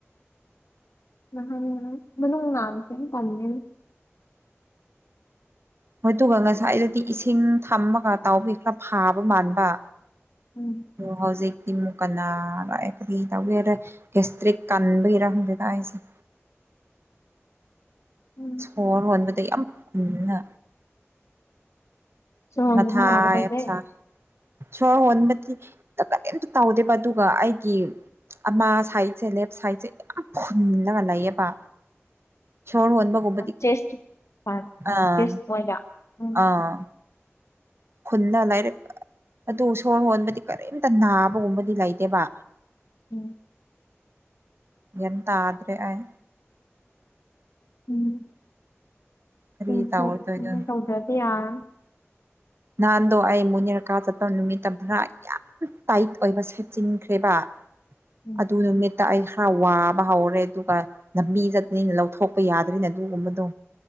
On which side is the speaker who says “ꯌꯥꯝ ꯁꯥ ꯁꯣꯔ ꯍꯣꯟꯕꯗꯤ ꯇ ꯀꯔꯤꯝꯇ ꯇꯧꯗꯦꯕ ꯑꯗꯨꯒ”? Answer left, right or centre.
Right